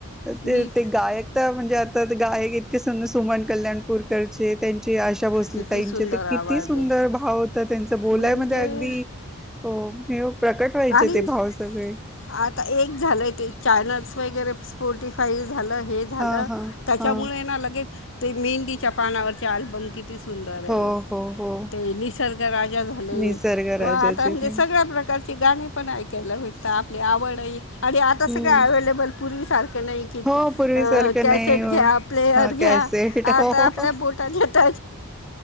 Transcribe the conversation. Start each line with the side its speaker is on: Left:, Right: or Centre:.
Centre: ते
Left: मी
Centre: ते गायक म्हणजे आता गायक इतके सुर सोमन कल्याणपूरकरचे त्या े आशा भोसलेतााईचे
Left: किती सुंदर
Centre: ते किती
Left: आवाज
Centre: सुंदरभाव
Left: आहे
Centre: होतात. त्यांच बोलायमध्ये
Left: म्हणजे
Centre: अगदी अ हे प्रकट व्हायचे
Left: आणि
Centre: ते भाव सगळे
Left: आता एक झालंय ते चॅनल्स वगैरे स्पॉटिफाई झालं हे झालं
Centre: हा हा
Left: त्याच्यामुळे
Centre: हा
Left: लगेच ते मेंदीच्या पानावरचे अल्बम कि सुंदर आहे
Centre: हो हो हो
Left: ते निसर्ग राजा झाले
Centre: निसर्ग
Left: व
Centre: राजाचे
Left: आता म्हणजे
Centre: ते
Left: सगळया प्रकारचे गाणे पण आईकायेला भे तर आपली आवडह आणि आता
Centre: हम्म
Left: सगळ अवे्लेबल पूर्वीसारखं नाही की
Centre: हो पूर्वीसारखं
Left: कॅसेट
Centre: नाही हो
Left: घ्या प्लेअर
Centre: हा
Left: घ्या
Centre: कॅसेट
Left: आता
Centre: हो
Left: आपल्या बोटात येत